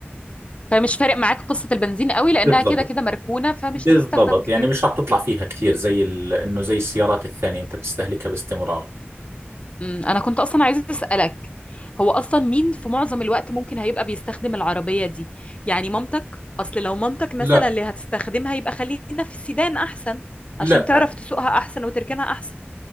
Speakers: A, on the left; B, on the right.
A: فمش فارق معاك قصة البنزين قوي لانها
B: بالضبط
A: كده كده مركونة فمش
B: بالضبط
A: هتستخدم كتير
B: يعني مش راح تطلع فيها كثير زي ال... انه زي السيارات الثانية انت بتستهلكها باستمرار
A: أمم، انا كنت اصلا عايزه اسالك هو اصلا مين في معظم الوقت ممكن هيبقى بيستخدم العربيه دي يعني مامتك اصل لو مامتك مثلا
B: لا
A: اللي هتستخدمها يبقى خلينا في السيدان احسن
B: لا
A: عشان تعرف تسوقها احسن وتركنها احسن